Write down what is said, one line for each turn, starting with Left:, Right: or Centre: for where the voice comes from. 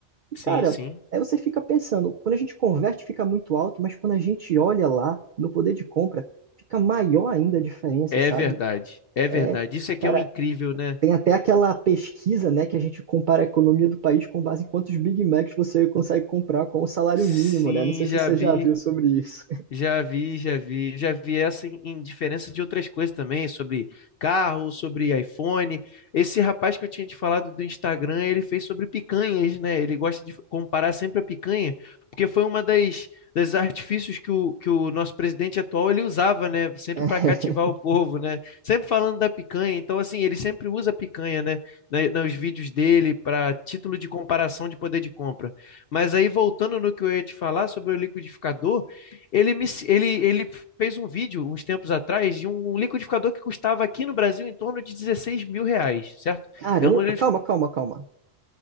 Right: E, cara,
Left: sim, sim.
Right: aí você fica pensando, quando a gente converte fica muito alto, mas quando a gente olha lá no poder de compra, fica maior ainda a diferença,
Left: É
Right: sabe?
Left: verdade, é
Right: É,
Left: verdade. Isso é que
Right: cara,
Left: é o incrível, né?
Right: tem até aquela pesquisa, né, que a gente compara a economia do país com base em quantos Big Macs você consegue comprar com o salário
Left: Sim,
Right: mínimo, né? Não sei se
Left: já
Right: você
Left: vi.
Right: já viu sobre isso.
Left: Já vi, já vi, já vi essa em, em diferença de outras coisas também, sobre carro, sobre iPhone. Esse rapaz que eu tinha te falado do Instagram, ele fez sobre picanhas, né? Ele gosta de comparar sempre a picanha, porque foi uma das, das artifícios que o, que o nosso presidente atual ele usava, né? Sempre
Right: <laughs>
Left: para cativar o povo, né? Sempre falando da picanha. Então, assim, ele sempre usa a picanha, né? Na- Nos vídeos dele, para título de comparação de poder de compra. Mas aí, voltando no que eu ia te falar sobre o liquidificador. Ele, me, ele, ele fez um vídeo uns tempos atrás de um liquidificador que custava aqui no Brasil em torno de dezesseis mil reais, certo?
Right: Caramba,
Left: É um liquidificador.
Right: calma, calma, calma,